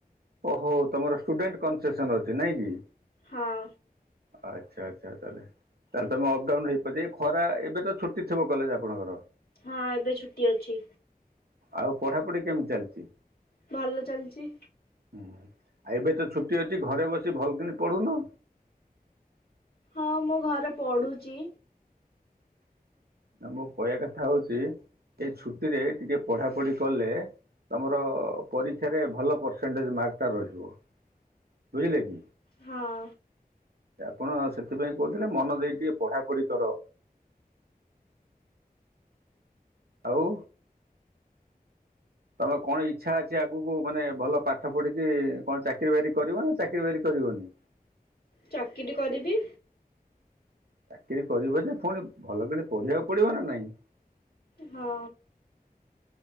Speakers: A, on the right; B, on the left.
A: ଓହୋ ତମର ଷ୍ଟୁଡେଣ୍ଟ କନସେସନ ଅଛି ନାଇଁ କି
B: ହଁ।
A: ଆଚ୍ଛା ଆଚ୍ଛା ତାହେଲେ ତାହେଲେ ତମେ ଅପଡାଉନ ହେଇପାରୁଛ ଖରା ଏବେ ତ ଛୁଟି ଥିବ କଲେଜ ଆପଣଙ୍କର।
B: ହଁ ଏବେ ଛୁଟି ଅଛି।
A: ଆଉ ପଢାପଢି କେମିତି ଚାଲିଛି?
B: ଭଲ ଚାଲିଛି।
A: ହୁଁ ଆଉ ଏବେ ତ ଛୁଟି ଅଛି ଘରେ ବସି ଭଲବ୍କିନି ପଢୁନ।
B: ହଁ ମୁଁ ଘରେ ପଢୁଛି।
A: ନା ମୋ କହିବା କଥା ହେଉଛି ଏଇ ଛୁଟିରେ ଟିକେ ପଢ଼ାପଢ଼ି କଲେ ତମର ପରୀକ୍ଷାରେ ଭଲ ପରସେଣ୍ଟେଜ ମାର୍କଟା ରହିବ ବୁଝିଲେ କି।
B: ହଁ।
A: ଆପଣ ସେଥିପାଇଁ କହୁଥିଲେ ମନ ଦେଇ କି ଟିକେ ପଢାପଢି କର। ଆଉ। ତମେ କଣ ଇଚ୍ଛା ଅଛି ଆଗକୁ ମାନେ ଭଲ ପାଠ ପଢିକି କଣ ଚାକିରୀ ବାକିରି କରିବ ନା ଚାକିରୀ ବାକି କରିବନି।
B: ଚାକିରି କରିବି।
A: ଚାକିରି କରିବ ଯେ ପୁଣି ଭଲ କିଣି ପଢିବାକୁ ପଡିବ ନା ନାଇଁ।
B: ହଁ।